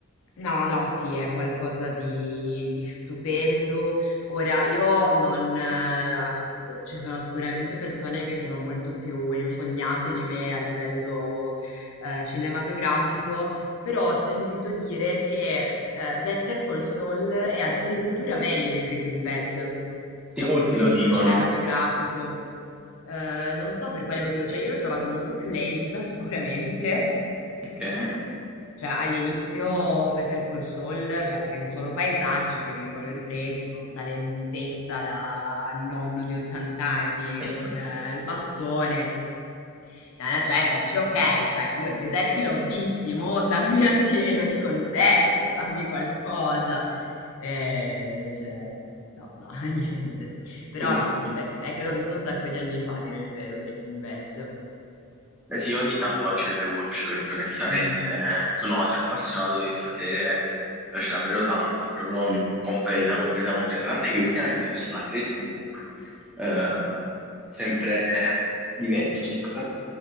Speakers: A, on the left; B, in the centre.
A: No, no, sì, è qualcosa di, di stupendo. Ora, io non, eh, cioè, dico, ci sono sicuramente persone che sono molto più infognate di me a livello, eh, cinematografico, però ho sentito dire che, eh, Better Call Saul è addirittura meglio di Breaking Bad
B: Sì,
A: da
B: molti
A: un punto di
B: lo
A: vista
B: dicono.
A: cinematografico. Eh, non so per quale motivo, cioè io l'ho trovata molto più lenta <laughs> sicuramente,
B: Ok.
A: cioè, all'inizio Better Call Saul, cioè, sono solo paesaggi che vengono ripresi con sta lentezza da nonno di 80
B: <laughs>
A: anni, con eh, il bastone. E alla certa dici, ok, cioè, io i deserti l'ho visti, mo dammi un attimino di contesto, dammi qualcosa. E invece, no, no, <laughs> niente. Però
B: Quindi,
A: no, sì, beh, è che l'ho visto un sacco di anni fa, a dire il vero, Breaking Bad.
B: Eh sì, ogni tanto faccio il rewatch perché onestamente
A: Mm,
B: eh, sono quasi appassionato di questa serie, mi piace davvero tanto, è proprio completa, completa, completa. Tant'è che ultimamente ho visto una serie TV, eh, sempre di Netflix,